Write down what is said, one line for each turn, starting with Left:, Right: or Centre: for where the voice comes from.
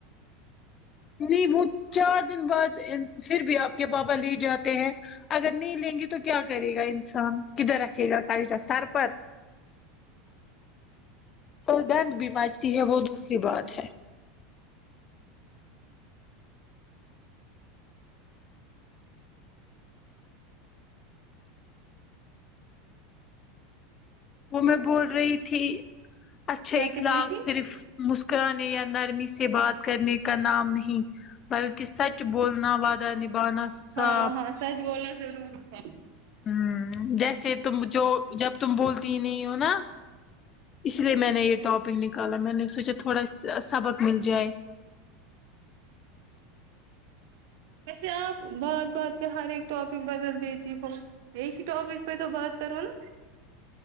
Left: نہیں وہ چار دن بعد پھر بھی آپ کے پاپا لے جاتے ہیں اگر نہیں لیں گے تو کیا کرے گا انسان کدھر رکھے گا پیسہ سر پر اور دنڈ بھی مچتی ہے وہ دوسری بات ہے وہ میں بول رہی تھی اچھے
Right: کیا
Left: اخلاق
Right: کہہ رہی تھی
Left: صرف مسکرانے یا نرمی سے بات کرنے کا نام نہیں بلکہ سچ بولنا وادہ نبھانا سا
Right: ہاں ہاں سچ بولنا ضروری ہے
Left: ہوں جیسے تم جو جب تم بولتی ہی نہیں ہو نا اس لیے میں نے یہ ٹاپک نکالا میں نے سوچا تھوڑا سبق مل جائے
Right: ویسے آپ بات بات پہ ہر ایک ٹاپک بدل دیتی ہو ایک ہی ٹاپک پہ تو بات کرو نا